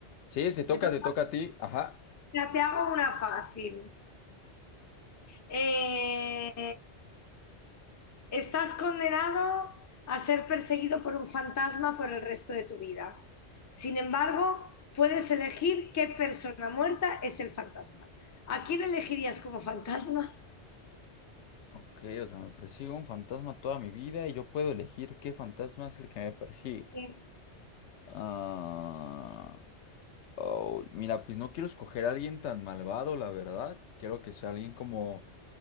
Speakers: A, on the left; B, on the left.
A: Sí, te toca,
B: Me toca.
A: te toca a ti. Ajá.
B: Mira, te hago una fácil. eh, estás condenado a ser perseguido por un fantasma por el resto de tu vida. Sin embargo, puedes elegir qué persona muerta es el fantasma. ¿A quién elegirías como fantasma?
A: Ok, o sea, me persigue un fantasma toda mi vida y yo puedo elegir qué fantasma es el que me persigue.
B: Sí.
A: Ah, Oh, mira, pues no quiero escoger a alguien tan malvado, la verdad. Quiero que sea alguien como